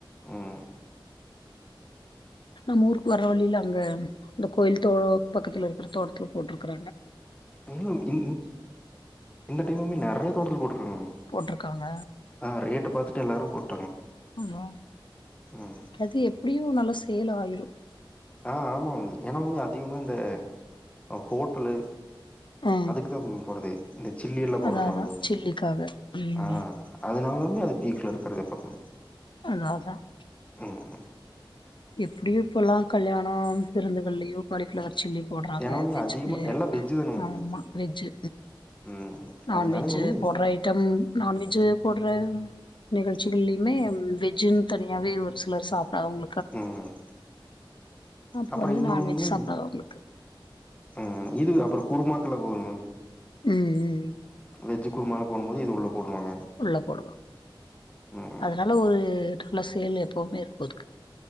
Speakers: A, on the left; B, on the left.
A: உம்
B: நம்ம ஊருக்கு வர்ற வழியில அங்க அந்த கோயில் தோ பக்கத்துல இருக்கிற தோட்டத்துல போட்டிருக்கறாங்க
A: <unintelligible> இ இந்த டைமுமே நெறைய தொடல் போடு <unintelligible>
B: போட்ருக்காங்க
A: அ ரேட்ட பாத்து <unintelligible>
B: ஆமா
A: ம்
B: அது எப்டியு நல்ல சேல் ஆயிரும்
A: ஆஹ் ஆமா மம்மி ஏனா மம்மி அதிகமா இந்த ஹோட்டலு
B: ஆ
A: அதுக்குதா <unintelligible> போறது இந்த சில்லி எல்லா போடுறாங்களா
B: அதா அதா
A: மம்மி
B: சில்லிக்காக ம்
A: ஆஹ் அதனாலதா அது பீக்ல இருக்கறது எப்பமே
B: <unintelligible>
A: உம்
B: எப்டியோ இப்பலா கல்யாணம் விருந்துகள்லயோ <unintelligible> சில்லி போடுறாங்க
A: ஏன்னா மம்மி
B: வெஜ்க்கு
A: அதிகமா எல்லா வெஜ்ஜு தான மம்மி
B: ஆமாம் வெஜ்ஜு
A: ம்
B: நான்வெஜ்ஜு
A: அதனால மம்மி
B: போடுற ஐட்டம் நான்வெஜ்ஜு போடுற நிகழ்ச்சிகள்லயுமே வெஜ்ஜுன்னு தனியாவே ஒரு சிலர் சாப்டாதங்க
A: உம்
B: அப்ப
A: அப்புறம்
B: வந்து
A: இன்னொன்னு
B: நான்வெஜ்
A: மம்மி
B: சாப்டாதவங்களுக்கு
A: ம் இது அப்புறம் குருமாக்கல போது மம்மி
B: உம் உம்
A: வெஜ் குருமால போடும்போது இது உள்ள போடுவாங்க
B: உள்ள போடுவாங்க
A: ம்
B: அதனால ஒரு நல்ல செயல் எப்பவுமே இருக்கும் அதுக்கு